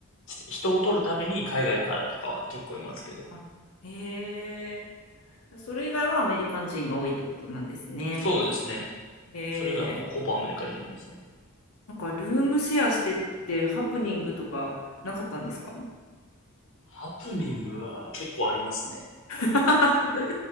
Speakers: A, on the left; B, on the left.
A: 人を取るために海外からとかは結構いますけど。
B: あへえ、それ以外はアメリカ人が多いってことなんですね。
A: そうですね。
B: へえ、
A: それがもうほぼアメリカ人ですね。
B: なんかルームシェアしてってハプニングとかなかったんですか
A: ハプニングは結構ありますね。
B: <laughs>